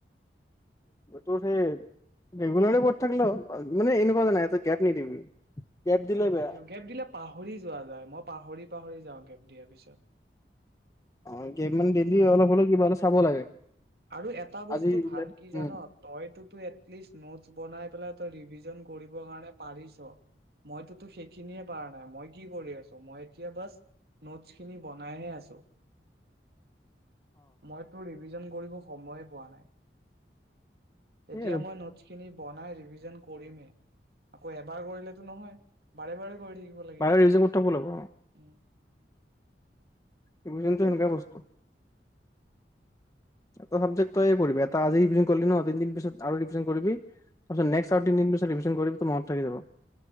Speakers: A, on the left; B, on the right.
A: তোৰ সেই ৰেগুলাৰে কৰি থাকলে হল মানে এনেকুৱ নাই তই গেপ নিদিবি। দিলে
B: গেপ
A: বেয়া
B: নিদিওঁ গেপ দিলে পাহৰি যোৱা যায় মই পাহৰি পাহৰি যাওঁ গেব দিয়াৰ পিছত।
A: অকনমান দেৰি অলপ হলেও কিবা হলে চাব লাগে।
B: আৰু এটা বস্তু
A: আজি বোলে
B: ভাল কি জান
A: উম
B: তইতোতো এটলিষ্ট, নোটছ বনাই পেলাই তই ৰিভিজন কৰিবৰ কাৰণে পাৰিছ, মইতোতো সেইখিনিয়ে পাৰা নাই মই। কি কৰি আছো মই এতিয়া বাছ নোটছ খিনি বনাইহে আছো। মইটো ৰি। <unintelligible> কৰিব সময়ে পোৱা নাই,
A: সেই
B: এতিয়া
A: আৰু
B: মই নোটছখিনি, বনাই ৰিভিজ। জইন কৰিমহে আকৌ এবাৰ কৰিলেতো নহয় বাৰে বাৰে। কৰি থাকিব লাগিব
A: বাহৰ ইউজ উথা ব লাব
B: উম
A: ৰিভিজনটো
B: সেইটোৱে
A: এনেকুৱাই
B: কথা
A: বস্তু
B: আৰু
A: এটা চাবজেক্টই কৰিবি এটা আজি ইভিনিং কৰিলি ন', তিনিদিন পিছত আৰু ৰিভিজন কৰিবি, তাৰ পাছত
B: উম
A: নেক্সট আৰু তিনিদিন পাছত ৰিভিজ। কৰিবি তোৰ মনত থাকি যাব।